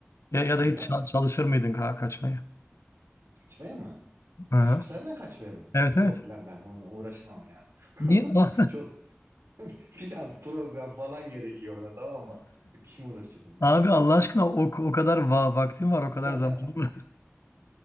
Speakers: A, on the left; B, on the right.
A: Ya ya
B: Neden?
A: da hiç ça- çalışır mıydın ka- kaçmaya?
B: Kaçmaya mı?
A: Hı
B: Ha,
A: hı.
B: hapishaneden kaçmaya mı?
A: Evet evet.
B: Yok lan ben onunla uğraşamam ya.
A: Niye?
B: <laughs>
A: <laughs>
B: Çok plan, program falan gerekiyor ona tamam mı? Kim uğraşacak onunla?
A: Abi Allah aşkına o, o kadar va vaktin var o
B: <laughs>
A: kadar zamanın var.